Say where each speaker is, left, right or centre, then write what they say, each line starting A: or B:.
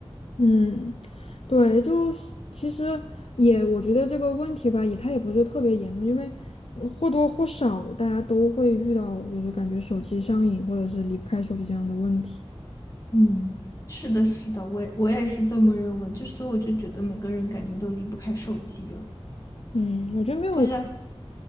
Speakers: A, on the left; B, on the left.
A: 嗯，对，就是其实也，我觉得这个问题吧，也它也不是特别严重，因为或多或少大家都会遇到，就是感觉手机上瘾或者是离不开手机这样的问题。
B: 嗯，是的，是的，我也我也是这么认为，就所以我就觉得每个人感觉都离不开手机了，
A: 嗯，我觉得没有，
B: 不是